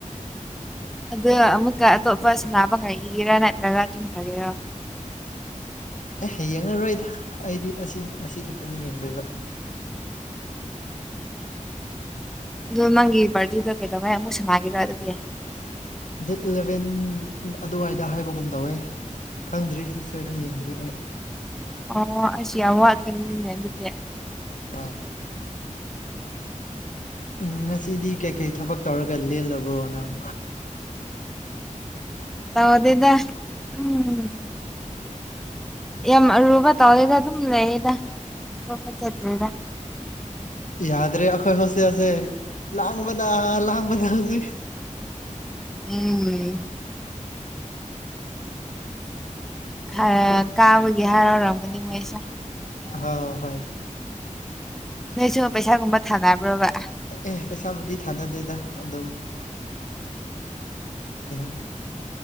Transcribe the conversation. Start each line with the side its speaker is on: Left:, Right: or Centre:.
Centre: ꯑꯗꯣ ꯑꯃꯨꯛꯀ ꯑꯇꯣꯞꯄ ꯁꯥꯅꯕ ꯉꯩꯒꯤꯔꯥ ꯅꯠꯇ꯭ꯔꯒ ꯇꯨꯝꯈ꯭ꯔꯒꯦꯔꯥ
Left: ꯑꯦ ꯌꯦꯡꯉꯔꯣꯏꯗ ꯑꯩꯗꯤ ꯑꯁꯤ ꯑꯁꯤ ꯈꯛꯇꯅ ꯌꯦꯡꯗꯣꯏꯕ
Centre: ꯑꯗꯣ ꯅꯪꯒꯤ ꯄꯥꯔꯇꯤꯗꯣ ꯀꯩꯗꯧꯉꯩ ꯑꯃꯨꯛ ꯁꯅꯒꯤꯔꯥ ꯑꯗꯨꯗꯤ
Left: ꯗꯦꯠ ꯏꯂꯚꯦꯟ ꯑꯗꯨꯋꯥꯏꯗ ꯍꯥꯏꯕꯒꯨꯝ ꯇꯧꯋꯦ ꯈꯪꯗ꯭ꯔꯤ ꯐ꯭ꯌꯨꯆꯔꯗ ꯌꯦꯡꯗ꯭ꯔꯤ ꯑꯩ
Centre: ꯑꯣ ꯑꯁ ꯌꯥꯝ ꯋꯥꯠꯀꯅꯤꯅꯦ ꯑꯗꯨꯗꯤ
Left: <unintelligible> ꯎꯝ ꯉꯁꯤꯗꯤ ꯀꯩꯀꯩ ꯊꯕꯛ ꯇꯧꯔꯒ ꯂꯦꯜꯂꯕ꯭ꯔꯣ ꯅꯪ
Centre: ꯇꯥꯎꯗꯦꯗ ꯎꯝ ꯌꯥꯝ ꯑꯔꯨꯕ ꯇꯧꯗꯦꯗ ꯑꯗꯨꯝ ꯂꯩꯌꯦꯗ ꯔꯨꯕ ꯆꯠꯇꯔꯤꯗ
Left: ꯌꯥꯗ꯭ꯔꯦ ꯑꯩꯈꯣꯏ ꯍꯣꯁꯇꯦꯜꯁꯦ ꯂꯥꯡꯕꯗ ꯂꯥꯡꯕꯗ ꯍꯧꯖꯤꯛ
Centre: ꯎꯝ ꯍꯥ ꯀꯥꯕꯒꯤ ꯍꯔꯥꯎꯔꯝꯒꯅꯤ ꯃꯣꯏꯁꯨ
Left: ꯍꯣ ꯍꯣꯏ
Centre: ꯅꯣꯏꯁꯨ ꯄꯩꯁꯥꯒꯨꯝꯕ ꯊꯥꯅꯕ꯭ꯔꯣꯕ
Left: ꯑꯦ ꯄꯩꯁꯥꯕꯨꯗꯤ ꯊꯥꯅꯗꯦꯗ ꯑꯗꯨꯝ ꯌꯦ